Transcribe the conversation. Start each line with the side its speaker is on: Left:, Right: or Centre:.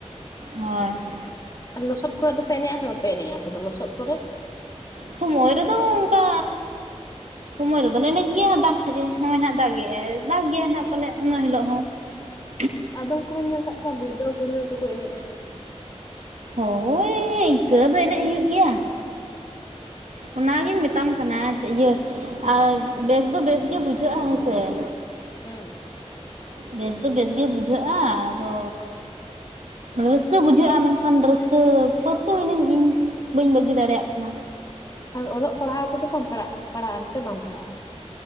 Right: ᱦᱳᱭ ᱾
Left: ᱟᱨ ᱞᱚᱥᱚᱫ ᱠᱚᱨᱮ ᱫᱚᱯᱮ ᱮᱱᱮᱡᱼᱟ ᱥᱮ ᱵᱟᱯᱮ ᱮᱱᱮᱡᱼᱟ ᱟᱯᱮ ᱫᱚ ᱞᱚᱥᱚᱫ ᱠᱚᱨᱮ?
Right: ᱥᱩᱢᱳᱭ ᱨᱮ ᱫᱚ ᱚᱱᱠᱟ ᱥᱳᱢᱳᱭ ᱨᱮ ᱫᱚ ᱞᱮ ᱮᱱᱮᱡ ᱜᱮᱭᱟ ᱫᱟᱜ ᱠᱷᱟᱡ ᱮ ᱱᱚᱜᱼᱚᱭ ᱦᱟᱸᱜ ᱫᱟᱜ ᱮᱜᱼᱟᱭ ᱫᱟᱜ ᱜᱮᱭᱟᱭ ᱦᱟᱸᱜ ᱯᱟᱞᱮ ᱩᱱᱟᱹ ᱦᱤᱞᱳᱜ ᱦᱚᱸ ᱾ <unintelligible>
Left: ᱦᱮᱸ ᱟᱫᱚᱢ ᱠᱚ ᱦᱚᱸᱧ ᱧᱮᱞ ᱟᱠᱟᱫ ᱠᱚᱣᱟ ᱜᱩᱲᱫᱟᱹᱣ ᱜᱩᱲᱫᱟᱹᱣ ᱛᱮᱠᱚ ᱮᱱᱮᱡᱼᱟ ᱾
Right: ᱦᱳᱭ ᱤᱱᱠᱟᱹ ᱫᱚ ᱮᱱᱮᱡ ᱦᱩᱭᱩᱜ ᱜᱮᱭᱟ ᱾ ᱚᱱᱟ ᱜᱤᱧ ᱢᱮᱛᱟᱢ ᱠᱟᱱᱟ ᱤᱭᱟᱹ ᱟᱨ ᱵᱮᱥ ᱫᱚ ᱵᱮᱥ ᱜᱮ ᱵᱩᱡᱷᱟᱹᱜᱼᱟ ᱦᱮᱸᱥᱮ ᱾
Left: ᱦᱩᱸ
Right: ᱵᱮᱥ ᱫᱚ ᱵᱮᱥ ᱜᱮ ᱵᱩᱡᱷᱟᱹᱜᱼᱟ ᱟᱫᱚ ᱨᱟᱹᱥᱠᱟᱹ ᱵᱩᱡᱷᱟᱹᱜᱼᱟ ᱢᱮᱱᱠᱷᱟᱱ ᱨᱟᱹᱥᱠᱟᱹ ᱯᱟᱹᱨᱠᱟᱹᱣ ᱮᱱᱟᱹᱧ ᱤᱧ, ᱵᱟᱹᱧ ᱵᱟᱹᱜᱤ ᱫᱟᱲᱮᱭᱼᱟᱜ ᱠᱟᱱᱟ ᱾
Left: ᱟᱨ ᱚᱞᱚᱜ ᱯᱟᱲᱦᱟᱣ ᱠᱚᱫᱚ ᱵᱟᱢ ᱯᱟᱲᱟᱜᱼᱟ ᱯᱟᱲᱦᱟᱜ ᱟᱢ ᱥᱮ ᱵᱟᱢ ᱯᱟᱲᱦᱟᱜᱼᱟ?